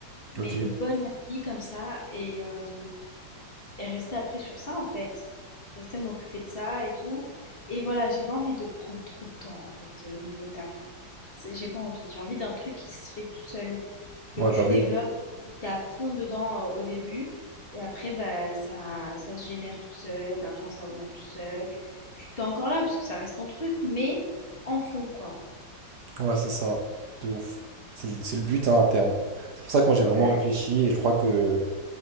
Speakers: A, on the left (about 30°); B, on the right (about 60°).
A: mais
B: Ok.
A: une bonne appli comme ça et euh, et rester après sur ça en fait. Rester m'occuper de ça et tout. Et voilà, j'ai pas envie de prendre trop de temps en fait euh, niveau taf. C'est- J'ai pas envie. J'ai envie d'un truc qui se fait tout seul, que
B: Ouais,
A: tu
B: bah oui.
A: développes, t'es à fond dedans euh, au début et après bah ça ça se génère tout seul, l'argent ça augmente tout seul. Tu t'es encore là parce que ça reste ton truc mais en fond quoi.
B: Ouais, c'est ça, de ouf. C'est le, c'est le but hein, à terme. C'est pour ça que moi j'ai vraiment
A: Ouais,
B: réfléchi et je crois que